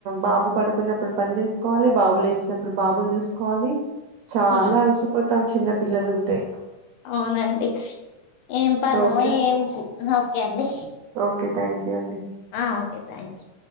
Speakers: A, on the right (about 80°); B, on the left (about 85°).
A: బాబు పడుకున్నప్పుడు పని చేసుకోవాలి, బాబులు లేసినప్పుడు బాబుని చూసుకోవాలి. చాలా
B: ఆ
A: అలసిపోతాం చిన్న పిల్లలుంటే
B: అవునండి ఏం పనో
A: ఓకే
B: ఏం ఇపు ఓకే అండి
A: ఓకే థ్యాంక్ యూ అండి
B: ఆ ఓకే థ్యాంక్యూ